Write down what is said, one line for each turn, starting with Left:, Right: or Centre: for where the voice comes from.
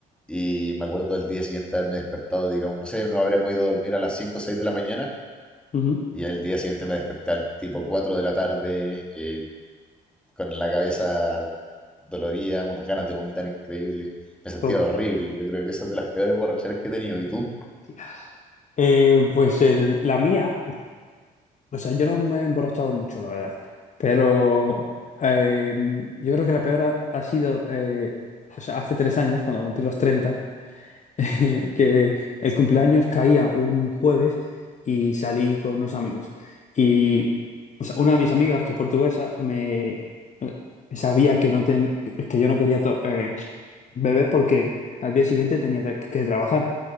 Centre: y me acuerdo del día siguiente haberme despertado, digamos, no sé, no habremos ido a dormir a las 5 o 6 de la mañana
Left: Ujú.
Centre: y al día siguiente me desperté al tipo 4 de la tarde, eh, con la cabeza dolorida, unas ganas de vomitar increíble. Me sentía
Left: Oh,
Centre: horrible. Yo creo que esa es de las peores borracheras que he tenido. ¿Y tú?
Left: tía. Eh, pues el- la mía, o sea, yo no me he emborrachado mucho, la verdad, pero eh, yo creo que la peor ha, ha sido, eh, o sea, hace tres años, cuando cumplí los treinta <laughs> que el cumpleaños caía un jueves y salí con unos amigos. Y o sea, una de mis amigas, que es portuguesa, me eh, sabía que, no ten- que yo no quería to- eh, beber porque al día siguiente tenía que que trabajar